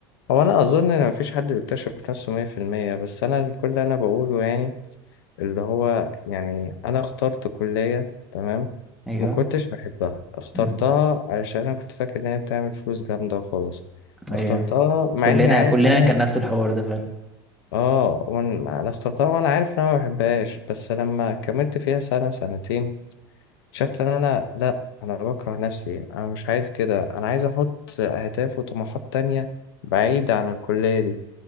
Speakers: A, on the left (about 85°); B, in the centre.
A: هو انا اظن ان مفيش حد بيكتشف نفسه مية في المية بس انا كل اللي انا بقوله يعني اللي هو يعني أنا اخترت كلية تمام
B: ايوه
A: ما كنتش بحبها اخترتها
B: امم
A: علشان أنا كنت فاكر إن هي بتعمل فلوس جامدة وخلاص
B: ايوه
A: اخترتها مع
B: كلنا
A: إني عارف
B: كلنا
A: إن أنا
B: كان نفس الحوار ده فعلا
A: آه وإن- أنا اخترتها وأنا عارف إن أنا ما بحبهاش بس لما كملت فيها سنة سنتين شفت إن أنا لأ أنا بكره نفسي أنا مش عايز كده أنا عايز أحط أهداف وطموحات تانية بعيدة عن الكلية دي